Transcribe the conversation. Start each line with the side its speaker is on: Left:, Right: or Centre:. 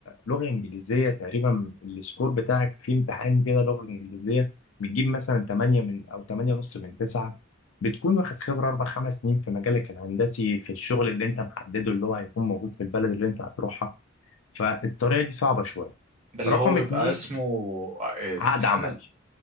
Left: لغة إنجليزية تقريبا السكور بتاعك في امتحان كده لغة إنجليزية بتجيب مثلا 8 من أو 8 ونص من 9 بتكون واخد خبرة أربع خمس سنين في مجالك الهندسي في الشغل اللي أنت محدده اللي هو هيكون موجود في البلد اللي أنت هتروحها فالطريقة دي صعبة شوية
Right: ده اللي
Left: رقم
Right: هو بيبقى
Left: اتنين
Right: اسمه امتحان
Left: عقد عمل
Right: ال-